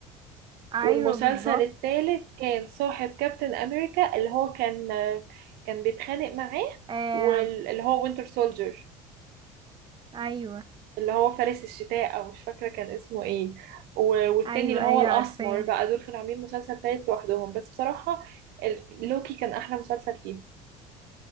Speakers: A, on the right (about 25°); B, on the right (about 60°).
A: ايوه
B: والمسلسل
A: بالظبط
B: التالت كان صاحب كابتن امريكا اللي هو كان كان بيتخانق معاه
A: آم...
B: واللي هو وينتر سولجر
A: ايوه
B: اللي هو فارس الشتاء او مش فاكره كان اسمه ايه و- والتاني
A: ايوه
B: اللي هو
A: ايوه
B: الاسمر
A: عارفاه
B: بقى دول كانوا عاملين مسلسل تالت لوحدهم بس بصراحه ال- لوكي كان احلى مسلسل فيهم